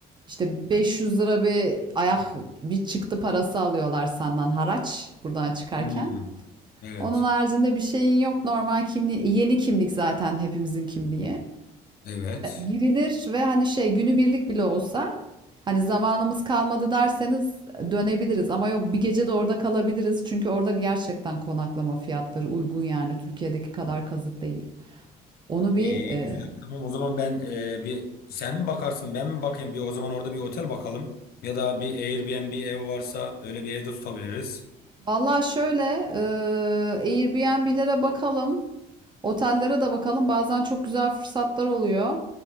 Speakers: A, on the right; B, on the left.
A: işte 500 lira bir ayak bir çıktı parası alıyorlar senden haraç buradan çıkarken.
B: Hmm. Evet.
A: Onun haricinde bir şeyin yok normal kimliğin. Yeni kimlik zaten hepimizin kimliği.
B: Evet.
A: girilir ve hani şey günübirlik bile olsa hani zamanımız kalmadı derseniz dönebiliriz ama yok bir gece de orada kalabiliriz. Çünkü orada gerçekten konaklama fiyatları uygun yani Türkiye'deki kadar kazık değil. Onu bir
B: İyi
A: e,
B: güzel. Tamam o zaman ben e, bir sen mi bakarsın ben mi bakayım? Bir o zaman orada bir otel bakalım. Ya da bir Airbnb ev varsa öyle bir evde tutabiliriz.
A: valla şöyle e, Airbnb'lere bakalım, otellere de bakalım. Bazen çok güzel fırsatlar oluyor.